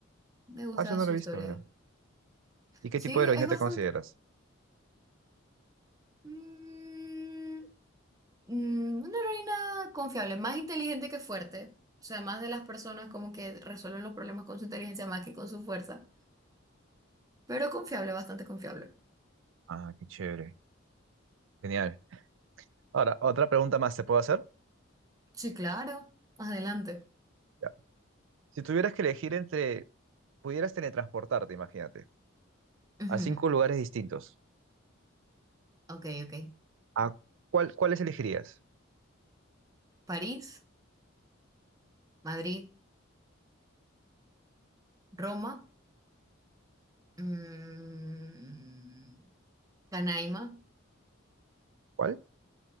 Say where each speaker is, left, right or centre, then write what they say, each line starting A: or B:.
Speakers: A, on the right; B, on the right.
A: Me gusta
B: Ah, eso no
A: su
B: lo he
A: historia.
B: visto, mira. ¿Y qué
A: Sí,
B: tipo de heroína
A: es
B: te
A: bastante...
B: consideras?
A: mm, Mm, Una heroína confiable, más inteligente que fuerte. O sea, más de las personas como que resuelven los problemas con su inteligencia más que con su fuerza. Pero confiable, bastante confiable.
B: Ah, qué chévere. Genial. Ahora, otra pregunta más, ¿te puedo hacer?
A: Sí, claro. Adelante.
B: Ya. Si tuvieras que elegir entre, pudieras teletransportarte, imagínate.
A: Ujú.
B: a cinco lugares distintos.
A: Ok, ok.
B: ¿A cuál, cuáles elegirías?
A: París, Madrid, Roma, mm, Canaima.
B: ¿Cuál?